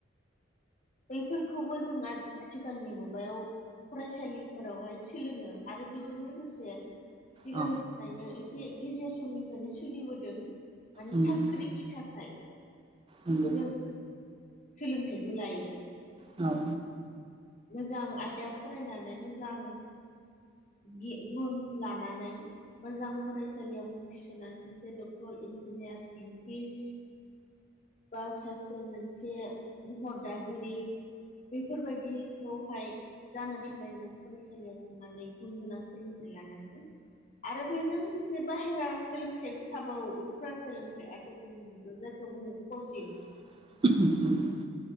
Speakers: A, on the left (about 40°); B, on the right (about 25°).
A: बैफोरखौबो जों आ-आथिखालनि मुगायाव फरायसालिफोरावहाय सोलोङो आरो बेजों लोगोसे सिगांनिफ्रायनो
B: औ
A: एसे गेजेर समनिफ्रायनो सोलिबोदों। माने
B: उम
A: साख्रिनि थाखाय।
B: नंगौ
A: जों सोलोंथाइखौ लायो।
B: औ
A: मोजां आयदा फरायनानै मोजां गि गुन लानानै मोजां फरायसालियाव मुं थिसननानै सासे डक्टर, इन्जिनियार, साइन्टिस्ट बा सासे मोनसे महर दागिरि बेफोरबायदि बेवहाय जानो थाखाय जों फरायसालियाव थांनानै गुन गोनां सोलोंथाइ लानांगोन। आरो बेजों लोगोसे बाहेरा सोलोंथाइबो थाबावो उफ्रा सोलोंथाइ आथिखालनि मुगायाव जायखौ बुङो कचिं।
B: <unintelligible>